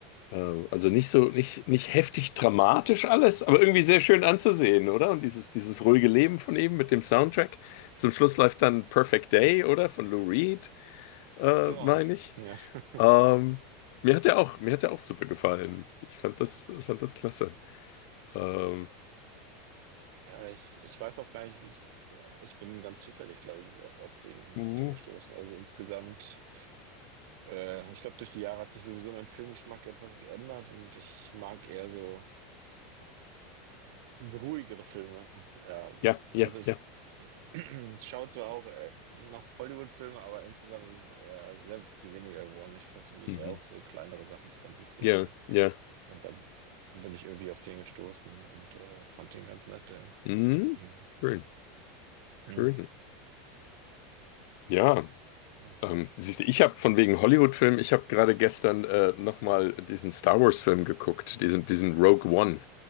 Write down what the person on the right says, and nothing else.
Genau.
Ja. <laughs>
Ja, ich, ich weiß auch gar nicht, wie ich. äh, Ich bin ganz zufällig, glaube ich, auf, auf den,
auf den gestoßen. Also insgesamt, äh, ich glaube, durch die Jahre hat sich sowieso mein Filmgeschmack etwas geändert und ich mag eher so ruhigere Filme. Ähm,
also ich
<clears throat> schaue zwar auch äh, noch Hollywood-Filme, aber insgesamt ist äh, sehr viel weniger geworden. Ich versuche mich
eher auf so kleinere Sachen zu konzentrieren,
ne?
Und da bin ich irgendwie auf den gestoßen und äh, fand den ganz nett. Den.
Hm.
Ja.
hm.